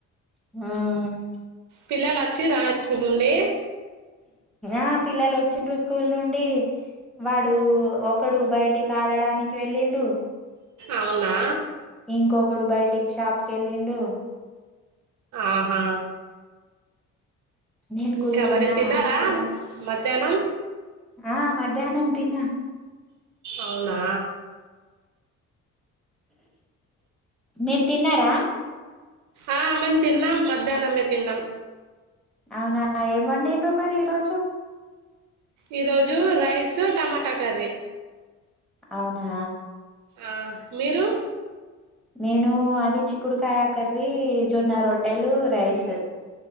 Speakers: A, in the centre; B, on the right (about 75°).
A: మ్మ్
B: పిల్లలు వచ్చిరా స్కూల్ నుండి
A: ఆ పిల్లలు వచ్చిండ్రు స్కూల్ నుండి వాడు ఒకడు బయటికి ఆడడానికి వెళ్ళిండు
B: అవునా
A: ఇంకొకడు బయటకి షాప్ కి వెళ్ళిండు
B: ఆహా
A: నేను కూర్చున్నా
B: ఇంకా మరి తిన్నారా మద్యానం
A: ఆ మధ్యాహ్నం తిన్నా
B: అవునా
A: మీరు తిన్నారా
B: ఆ మేం తిన్నాం మధ్యనమే తిన్నాం
A: అవునా ఏంవండిర్రు మరి ఈ రోజు
B: ఈరోజు రైసు టమాటా కర్రీ
A: అవునా
B: ఆ మీరు
A: నేను అది చిక్కుడుకాయ కర్రీ జొన్న రొట్టెలు రైసు